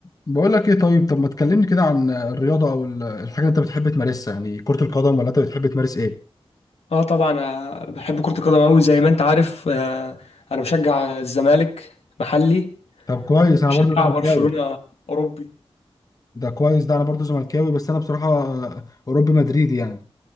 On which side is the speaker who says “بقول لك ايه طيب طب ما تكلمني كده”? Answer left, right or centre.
Left